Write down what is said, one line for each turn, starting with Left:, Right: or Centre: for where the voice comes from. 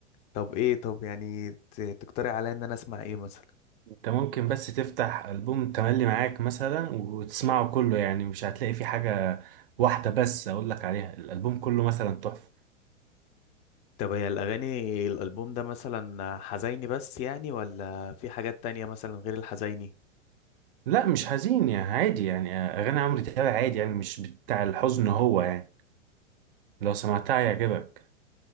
Left: طب ايه طب يعني ت- تقترح عليا ان انا اسمع ايه مثلا
Right: انت ممكن بس تفتح البوم تملي معاك مثلا وتسمعه كله يعني مش هتلاقي فيه حاجه واحده بس اقول لك عليها الالبوم كله مثلا تحفه
Left: طب هي الاغاني الالبوم ده مثلا حزيني بس يعني ولا في حاجات تانية مثلا غير الحزيني
Right: لا مش حزين يعني عادي يعني اغاني عمرو دياب عادي يعني مش بتاع الحزن هو يعني لو سمعتها هيعجبك